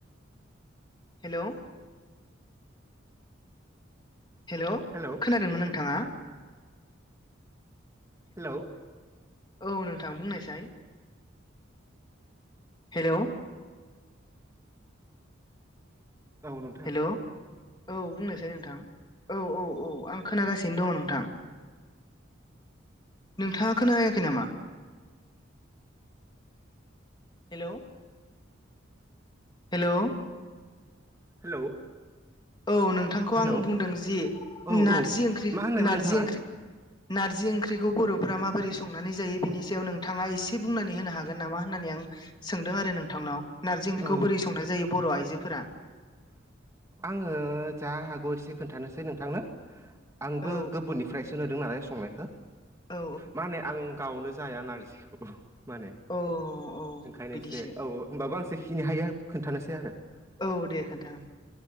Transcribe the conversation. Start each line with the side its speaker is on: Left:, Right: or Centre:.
Left: हेल' हेल'
Right: हेलौ
Left: खोनादोंमोन नोंथाङा?
Right: हेलौ
Left: औ नोंथां बुंनायसाय हेल' ।
Right: बुं नोंथां ।
Left: हेलौ औ बुंनोसै नोंथां औ औ औ आं खोनागासिनो दङ नोंथां नोंथाङा खोनायाखै नामा! हेल' । हेल' ।
Right: हेलौ
Left: औ नोंथांखौ
Right: हेलौ
Left: आं बुंदों जि
Right: औ
Left: नारजि
Right: औ
Left: ओंख्रि
Right: मा होननायमोन
Left: नारजि
Right: नोंथाङा
Left: ओंख्रि नारजि ओंख्रिखौ बर'फ्रा माबोरै संनानै जायो बिनि सायाव नोंथाङा एसे बुंनानै होनो हागोन नामा होननानै आं। सोंदों आरो नोंथांनाव नारजि ओंख्रिखौ
Right: औ
Left: बोरै संनाय जायो बर' आइजोफोरा
Right: ओ जा हागौ एसे खोन्थानोसै नोंथांनो आंबो
Left: औ
Right: गुबुननिफ्रायसो नुदों नालाय संनायखौ
Left: औ
Right: मा होनो आं। गावनो जाया नारजिखौ माने
Left: औ औ
Right: ओंखायनोसे
Left: बिदिसो
Right: औ होनबाबो आं ए खोन्थानोसै आरो ।
Left: औ दे खोन्था नोंथां